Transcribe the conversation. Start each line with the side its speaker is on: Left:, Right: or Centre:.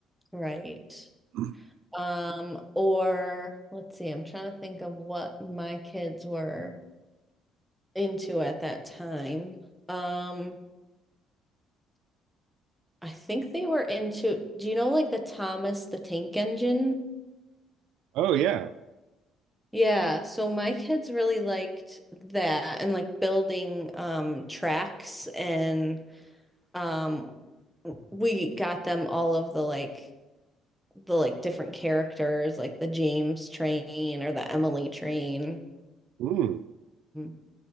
Centre: Right.
Right: <clears throat>
Centre: Um, or let's see. I'm trying to think of what my kids were into at that time. Um, I think they were into, do you know like the Thomas the Tank Engine?
Right: Oh yeah.
Centre: Yeah, so my kids really liked that and like building um tracks and um we got them all of the like the like different characters like the James train or the Emily train.
Right: Mm.
Centre: Mm.